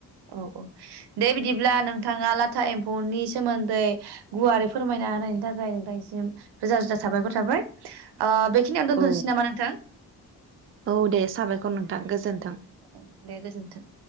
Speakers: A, on the right (about 80°); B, on the right (about 35°).
A: औ दे बिदिब्ला नोंथांङा लाथा एम्फौनि सोमोन्दै गुवारै फोरमायना होनायनि थाखाय नोंथांसिम रोजा रोजा थाबायखर थाबाय। उह बेखिनियाव दोनथ'नोसै
B: औ
A: नामा नोंथां?
B: औ दे साबायखर नोंथां गोजोन्थों।
A: औ दे गोजोन्थों